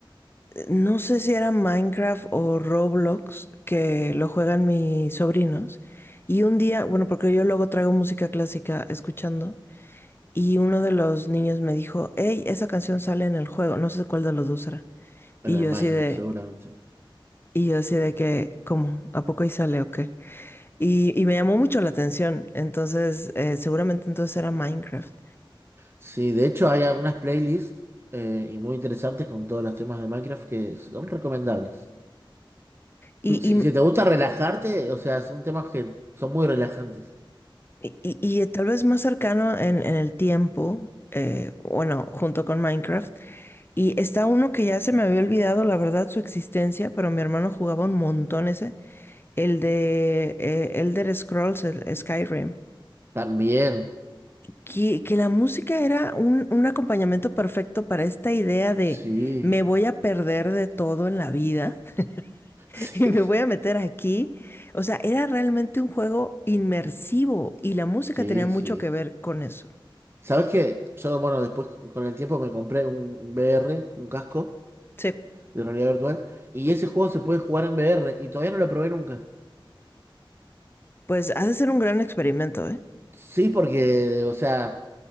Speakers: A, on the left; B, on the right.
A: No sé si era Minecraft o Roblox, que lo juegan mis sobrinos. Y un día, bueno, porque yo luego traigo música clásica escuchando, y uno de los niños me dijo, hey, esa canción sale en el juego, no sé cuál de los dos era.
B: Bueno,
A: Y yo
B: el Minecraft
A: así de,
B: seguramente.
A: y yo así de que, ¿cómo? ¿A poco ahí sale o qué? Y, y me llamó mucho la atención, entonces eh, seguramente entonces era Minecraft.
B: Sí, de hecho hay algunas playlists eh, y muy interesantes con todos los temas de Minecraft que son recomendables.
A: Y,
B: Si,
A: y
B: si te gusta relajarte, o sea, son temas que son muy relajantes.
A: Y, y- y tal vez más cercano en, en el tiempo, eh, bueno, junto con Minecraft. Y está uno que ya se me había olvidado, la verdad, su existencia, pero mi hermano jugaba un montón ese, el de eh, Elder Scrolls, el Skyrim.
B: También,
A: Que, que la música era un, un acompañamiento perfecto para esta idea de
B: sí,
A: me voy a perder de todo en la vida <laughs>
B: <laughs> sí,
A: y me voy a meter aquí. O sea, era realmente un juego inmersivo y la música
B: sí,
A: tenía mucho
B: sí.
A: que ver con eso.
B: ¿Sabes qué? Yo, bueno, después con el tiempo me compré un VR, un casco
A: Sí,
B: de realidad virtual, y ese juego se puede jugar en VR y todavía no lo probé nunca.
A: pues ha de ser un gran experimento, ¿eh?
B: Sí, porque, o sea,